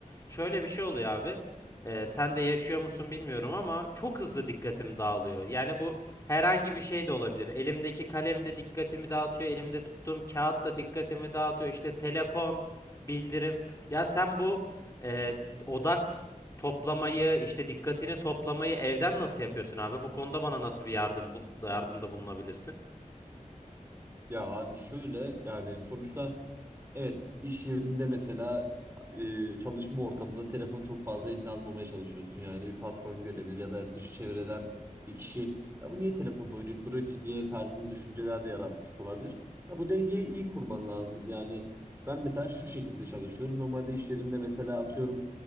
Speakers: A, on the left; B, on the right.
A: şöyle bir şey oluyor abi. Ee, sen de yaşıyor musun bilmiyorum ama çok hızlı dikkatim dağılıyor. Yani bu herhangi bir şey de olabilir. Elimdeki kalem de dikkatimi dağıtıyor. Elimde tuttuğum kağıt da dikkatimi dağıtıyor. İşte telefon, bildirim. Ya sen bu e, odak toplamayı, işte dikkatini toplamayı evden nasıl yapıyorsun abi? Bu konuda bana nasıl bir yardım bul- yardımda bulunabilirsin?
B: Ya abi şöyle yani sonuçta Evet, iş yerinde mesela e, çalışma ortamında telefonu çok fazla eline almamaya çalışıyorsun. Yani bir patron görebilir ya da dış çevreden bir kişi ya bu niye telefonda oynayıp duruyor ki diye tarzında düşünceler de yaratmış olabilir. Ya bu dengeyi iyi kurman lazım. Yani ben mesela şu şekilde çalışıyorum. Normalde iş yerinde mesela atıyorum